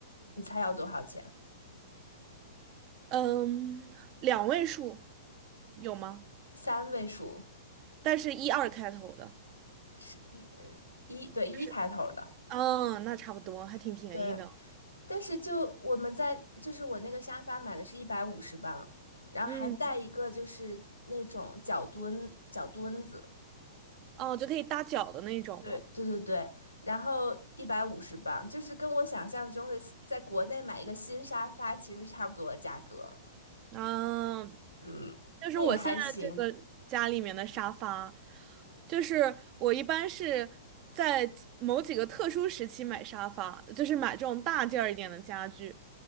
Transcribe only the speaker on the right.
嗯，两位数有吗？
但是一二开头的。
是。嗯，那差不多，还挺便宜的。
嗯，哦，就可以搭脚的那种吗？
嗯，
就是我现在这个家里面的沙发，
就是我一般是在几某几个特殊时期买沙发，就是买这种大件儿一点的家具，